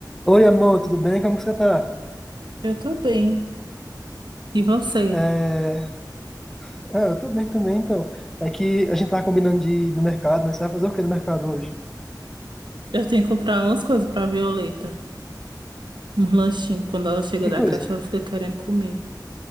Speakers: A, in the centre; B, on the right.
A: Oi, amor, tudo bem? Como que você tá?
B: Eu tô bem. E você?
A: É... Ah, eu tô bem também, então. É que a gente tava combinando de ir no mercado, né? Você vai fazer o quê no mercado hoje?
B: Eu tenho que comprar umas coisas pra Violeta. Um lanchinho. Quando ela chega
A: Que
B: da
A: coisa?
B: creche, ela fica querendo comer.